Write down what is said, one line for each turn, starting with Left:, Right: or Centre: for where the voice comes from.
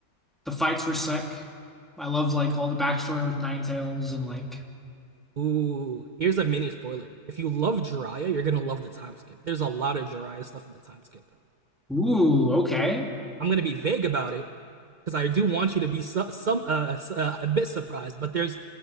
Centre: The fights were sick. I loved like all the backstory with Nine Tails and like,
Right: Ooh, here's a mini spoiler. If you love Jiraiya, you're gonna love the time skip. There's a lot of Jiraiya stuff in the time skip.
Centre: ooh, okay.
Right: I'm gonna be vague about it because I do want you to be su- some uh, uh, a bit surprised. But there's